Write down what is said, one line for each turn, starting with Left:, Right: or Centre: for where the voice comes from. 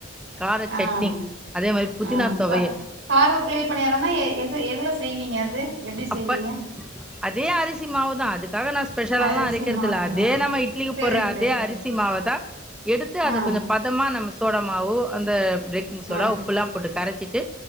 Centre: கார
Right: ஆ
Centre: சட்னி
Right: ஆ
Centre: அதே மாரி புதினா
Right: ஆ
Centre: தொக்கு
Right: கா காரா குழி பணியாரம்னா எ எது எதுல செய்வீங்க அது எப்டி செய்வீங்க
Centre: அப்ப அதே அரிசி மாவு தான் அதுக்காக நா ஸ்பெஷலால்லா
Right: அரிசி
Centre: அரைக்கறது
Right: மாவுலதா
Centre: இல்ல அதே நம்ம இட்லிக்கு
Right: சரி
Centre: போட்ற அதே
Right: சரி
Centre: அரிசி
Right: சரி
Centre: மாவ தா எடுத்து
Right: ஆ
Centre: அத கொஞ்ஜோ பதமா நம்ம சோடா மாவு அந்த பேக்கிங் சோடா
Right: ஆ
Centre: உப்புல்லா போட்டு கரைச்சு சிட்டு